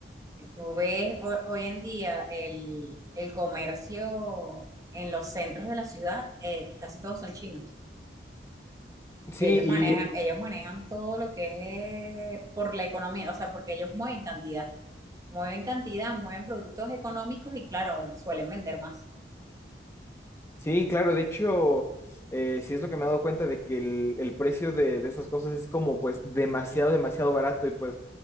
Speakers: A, on the right; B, on the left.
A: tú ves ho- hoy en día el, el comercio en los centros de la ciudad, eh, casi todos son chinos.
B: Sí,
A: Ellos manejan,
B: y
A: ellos manejan todo lo que es por la economía, o sea, porque ellos mueven cantidad, mueven cantidad, mueven productos económicos y claro, suelen vender más.
B: Sí, claro, de hecho, eh, sí es lo que me he dado cuenta de que el, el precio de, de esas cosas es como pues demasiado, demasiado barato y pues